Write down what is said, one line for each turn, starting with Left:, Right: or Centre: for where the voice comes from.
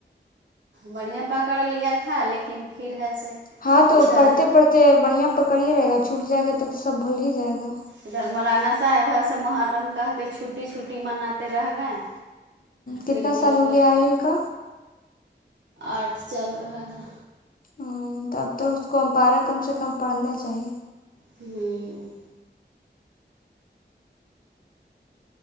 Right: بڑیا پکڑ لیا تھا لیکن پھر ہے سے ادھر
Left: ہاں تو پڑھتے پڑھتے بڑھیا پکڑ رہے گا چھوٹ جائے گا تو تو سب بھول ہی جائے گا
Right: ادھر مولانا صاحب ہے س محرم کہ کے چھٹٹی چھٹٹی مناتے رہ گئے
Left: کتنا
Right: فر انلوگو
Left: سال ہو
Right: کے
Left: گیا آئل کا
Right: آرٹ چل رہا ہیں
Left: ہوں تب تو اس کو ہم پارا کم سے کم پڑھنا چاہیے
Right: ہوں